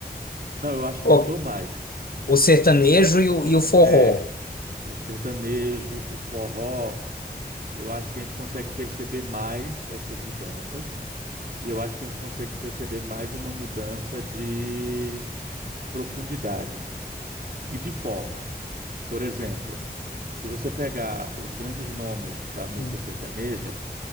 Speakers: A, on the right (about 50°); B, on the left (about 60°).
A: Não, eu acho
B: o,
A: que mudou mais.
B: o sertanejo e o, e o forró.
A: É, o sertanejo, o forró, eu acho que a gente consegue perceber mais essas mudanças. E eu acho que a gente consegue perceber mais uma mudança de profundidade e de forma. Por exemplo, se você pegar os grandes nomes da música
B: Hum.
A: sertaneja